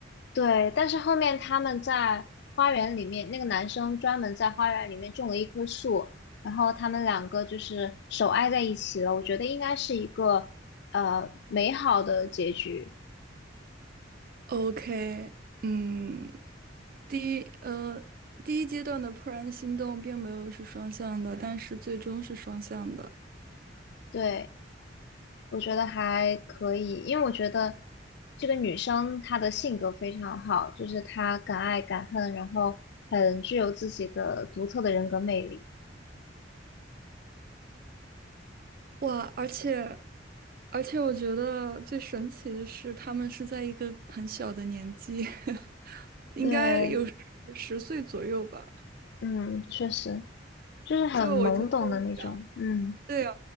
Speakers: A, on the left (about 65°); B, on the right (about 50°).
A: 对，但是后面他们在花园里面，那个男生专门在花园里面种了一棵树，然后他们两个就是手挨在一起了。我觉得应该是一个呃美好的结局。
B: ？OK，嗯，第一呃第一阶段的怦然心动并没有是双向的，但是最终是双向的。
A: 对，我觉得还可以，因为我觉得这个女生她的性格非常好，就是她敢爱敢恨，然后很具有自己的独特的人格魅力。
B: 哇，而且而且，我觉得最神奇的是，他们是在一个很小的年纪，<laughs> 应该有十十岁左右吧。
A: 对，嗯，确实就是很懵懂的那种，
B: 就我就在想，
A: 嗯。
B: 对呀，